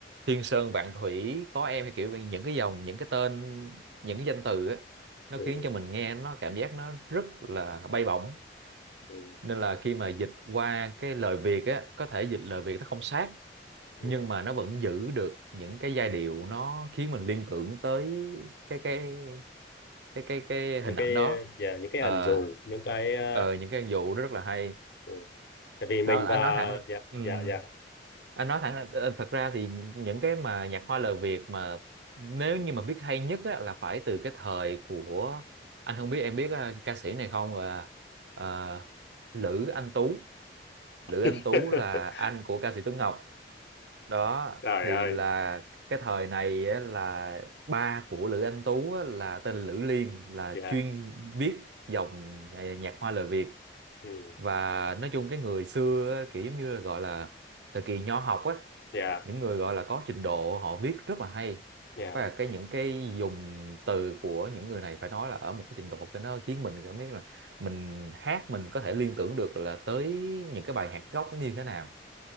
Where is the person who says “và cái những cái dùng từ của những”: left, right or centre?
Right